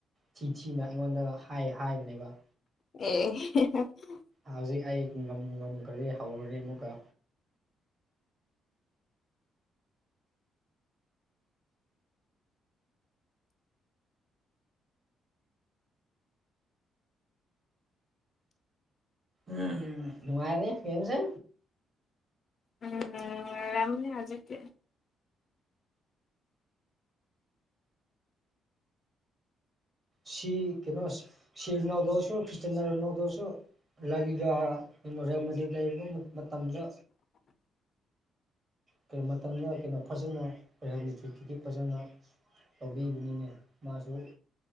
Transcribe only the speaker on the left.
ꯑꯦ
ꯎꯝ ꯅꯨꯉꯥꯏꯔꯝꯅꯤ ꯍꯧꯖꯤꯗꯤ
<unintelligible>